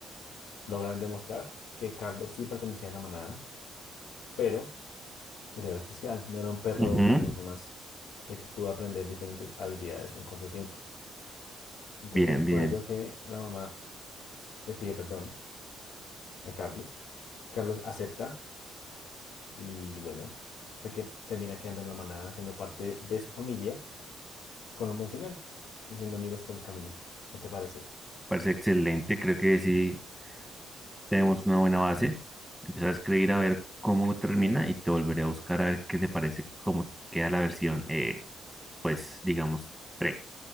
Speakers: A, on the left (about 85°); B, in the centre.
A: Logran demostrar que Carlos sí pertenecía a la manada, pero él era especial, no era un perro
B: ujú.
A: como los demás, ya que pudo aprender diferentes habilidades en corto tiempo. Entonces
B: Bien,
A: es por
B: bien.
A: ello que la mamá le pide perdón a Carlos. Carlos acepta y bueno, o sea que termina quedando en la manada, siendo parte de su familia, con un buen final y siendo amigos por el camino. ¿Qué te parece?
B: Parece excelente. Creo que sí tenemos una buena base. Empezar a escribir a ver cómo termina y te volveré a buscar a ver qué te parece, cómo queda la versión, eh, pues digamos, pre.